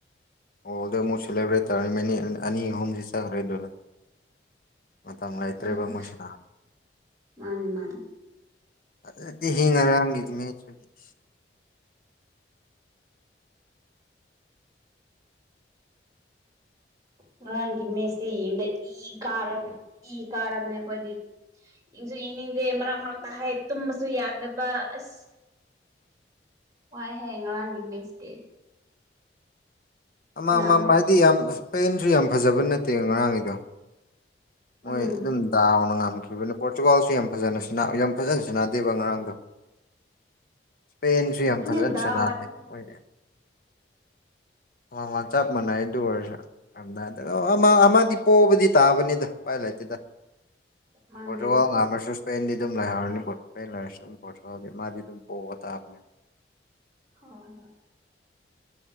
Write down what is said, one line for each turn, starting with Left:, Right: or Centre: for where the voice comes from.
Left: ꯑꯣ ꯑꯗꯨ ꯑꯃꯨꯛ ꯁꯦꯂꯦꯕ꯭ꯔꯦꯠ ꯇꯧꯔꯝꯃꯅꯤ ꯑꯗꯨꯅ ꯑꯅꯤ ꯑꯍꯨꯝꯖꯤ ꯆꯠꯈ꯭ꯔꯦꯗꯨꯔꯥ ꯃꯇꯝ ꯂꯩꯇ꯭ꯔꯦꯕ
Right: ꯎꯝ
Left: ꯃꯣꯏꯁꯥ
Right: ꯃꯥꯅꯤ ꯃꯥꯅꯤ
Left: ꯐꯖꯗꯦꯍꯦ ꯉꯔꯥꯡꯒꯤ ꯃꯦꯠꯁꯇꯨꯗꯤ ꯢꯁ <inaudible>
Right: ꯉꯔꯥꯡꯒꯤ ꯃꯦꯠꯁꯗꯤ ꯌꯦꯡꯂꯛꯏ ꯀꯥꯔꯒ ꯏ ꯀꯥꯔꯝꯅꯦ ꯑꯈꯣꯏꯗꯤ ꯌꯦꯡꯁꯨ ꯌꯦꯡꯅꯤꯡꯗꯦ ꯃꯔꯛ ꯃꯔꯛꯇ ꯍꯥꯏ ꯇꯨꯝꯕꯁꯨ ꯌꯥꯗꯕ ꯑꯁ ꯋꯥꯏꯍꯦ ꯉꯔꯥꯡꯒꯤ ꯃꯤꯁꯠꯇꯤ
Left: ꯑꯃꯃꯝ
Right: ꯑꯃꯨꯛ
Left: ꯍꯥꯏꯗꯤ ꯌꯥꯝ ꯁ꯭ꯄꯦꯟꯖꯨ ꯌꯥꯝ ꯐꯖꯕ ꯅꯠꯇꯦ ꯉꯥꯔꯥꯡꯒꯤꯗꯣ ꯃꯣꯏ
Right: ꯎꯝ
Left: ꯑꯗꯨꯝ ꯗꯥꯎꯅ ꯉꯝ ꯉꯝꯈꯤꯕꯅꯤ ꯄꯣꯔꯇꯨꯒꯥꯜꯁꯨ ꯌꯥꯝ ꯐꯖꯅ ꯁꯅꯥ ꯌꯥꯝ ꯐꯖꯅ ꯁꯥꯟꯅꯗꯦꯕ ꯉꯔꯥꯡꯗꯣ ꯄꯦꯟꯖꯨ ꯌꯥꯝ
Right: ꯑꯗꯨꯅꯦ
Left: ꯐꯖꯅ
Right: ꯗꯥꯎ
Left: ꯁꯅꯥꯗꯦ
Right: ꯍꯥꯏ
Left: ꯃꯣꯏ ꯑꯝ ꯃꯝ ꯆꯞ ꯃꯥꯟꯅꯩ ꯑꯗꯨ ꯑꯣꯏꯔꯖꯨ ꯌꯥꯝ ꯑꯃꯗꯤ ꯄꯣꯕꯗꯤ ꯇꯥꯕꯅꯤꯗ ꯎꯄꯥꯏ ꯂꯩꯥꯏꯇꯦꯗ
Right: ꯃꯥꯅꯦ
Left: ꯄꯣꯔꯇꯨꯒꯥꯜ
Right: ꯃꯥꯅꯦ
Left: ꯉꯥꯛꯁꯨ ꯁꯄꯦꯟꯗꯤ ꯑꯗꯨꯝ ꯂꯥꯏꯍꯧꯔꯅꯤ ꯄꯣꯔ ꯂꯩꯔꯁꯨ ꯄꯣꯔꯇꯨꯒꯜꯗꯤ ꯃꯥꯗꯤ ꯑꯗꯨꯝ ꯄꯣꯕꯇꯥꯕꯅꯤ
Right: ꯍꯣꯏ ꯍꯣꯏ